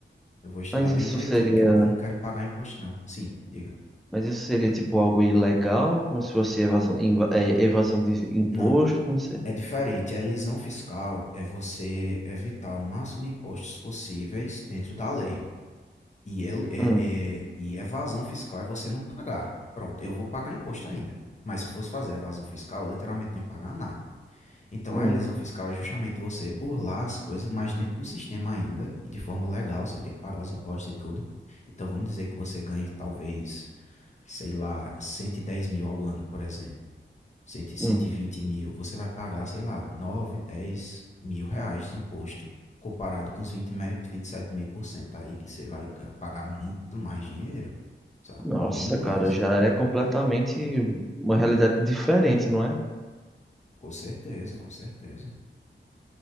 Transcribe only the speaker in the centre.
Mas
isso
seria,
mas isso seria tipo algo ilegal, como se fosse evasão, inva- é, evasão de imposto,
como se.
Hum,
hum,
hum.
Nossa,
cara, já é completamente uma realidade diferente, não é?